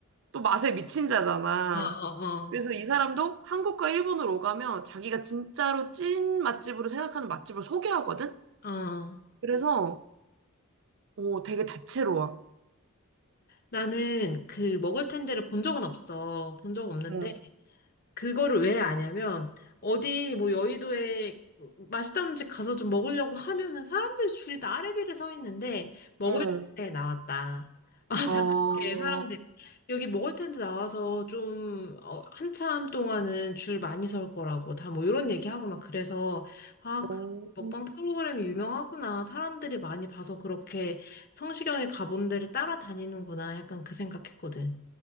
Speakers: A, on the right; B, on the left.
A: 또 맛에 미친 자잖아.
B: 어, 어, 어.
A: 그래서 이 사람도 한국과 일본을 오가면 자기가 진짜로 찐 맛집으로 생각하는 맛집을 소개하거든?
B: 어.
A: 그래서 오, 되게 다채로워.
B: 나는 그 먹을 텐데를 본 적은 없어. 본 적 없는데,
A: 응,
B: 그거를 왜 아냐면 어디 뭐 여의도에 맛있다는 집 가서 좀 먹으려고 하면은 사람들 줄이 다 아래비를 서 있는데 먹을
A: 응.
B: 때 나왔다. <laughs> 아,
A: 어,
B: 다 그렇게 사람들 여기 먹을 텐데 나와서 좀 어, 한참 동안은 줄 많이 설 거라고 다 뭐 이런 얘기하고 막 그래서 아, 그
A: 오.
B: 먹방 프로그램이 유명하구나. 사람들이 많이 봐서 그렇게 성시경이 가본 데를 따라다니는구나. 약간 그 생각했거든.